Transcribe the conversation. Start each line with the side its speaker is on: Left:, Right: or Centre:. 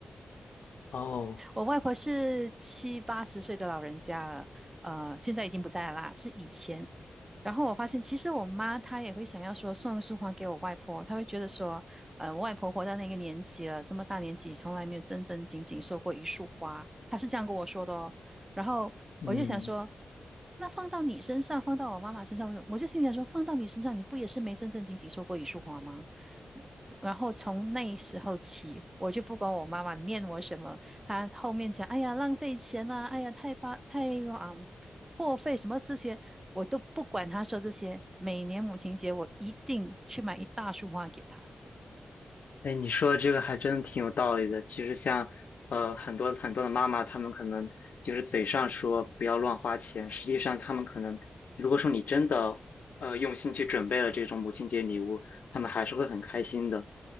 Left: 哦，
Right: 我外婆是七八十岁的老人家了，呃，现在已经不在了啦，是以前。然后我发现，其实我妈她也会想要说送一束花给我外婆，她会觉得说，嗯，我外婆活到那个年纪了，这么大年纪，从来没有正正经经收过一束花，她是这样跟我说的哦。然后我就想说，
Left: 嗯，
Right: 那放到你身上，放到我妈妈身上，我就我就心里想说，放到你身上，你不也是没正正经经收过一束花吗？然后从那时候起，我就不管我妈妈念我什么，他后面讲，哎呀，浪费钱啦、哎呀，太巴太啊、破费什么这些，我都不管他说这些。每年母亲节，我一定去买一大束花给他。
Left: 哎，你说的这个还真的挺有道理的。其实像呃很多很多的妈妈，她们可能就是嘴上说不要乱花钱，实际上她们可能如果说你真的呃用心去准备了这种母亲节礼物，她们还是会很开心的。